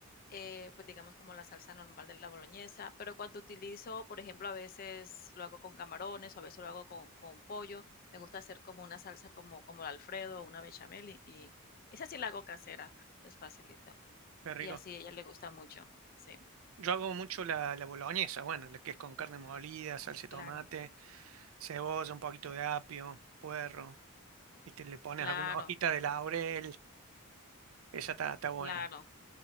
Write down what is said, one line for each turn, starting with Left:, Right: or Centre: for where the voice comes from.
Left: eh, pues digamos como la salsa normal de la boloñesa. Pero cuando utilizo, por ejemplo, a veces lo hago con camarones o a veces lo hago con, con pollo. Me gusta hacer como una salsa como, como el Alfredo o una bechamel y, y esa sí la hago casera, es facilito.
Right: Qué rico.
Left: Y así a ella le gusta mucho, sí.
Right: Yo hago mucho la, la boloñesa, bueno, la que es con carne molida, salsa de
Left: Claro,
Right: tomate, cebolla, un poquito de apio, puerro, viste, le pones
Left: claro,
Right: alguna hojita de laurel, esa está, está buena.
Left: claro.